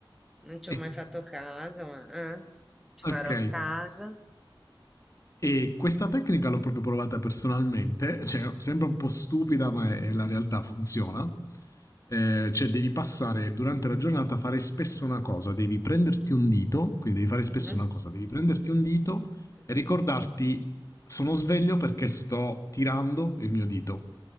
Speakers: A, in the centre; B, on the left.
A: Non ci
B: E-
A: ho mai fatto caso, ma eh, ci
B: ok,
A: farò caso.
B: E questa tecnica l'ho proprio provata personalmente, cioè sembra un po' stupida, ma è, è la realtà funziona. Eh, cioè devi passare durante la giornata a fare spesso una cosa, devi prenderti un dito, quindi devi fare spesso
A: Mhm,
B: una cosa, devi prenderti un dito
A: mhm.
B: e ricordarti sono sveglio perché sto tirando il mio dito.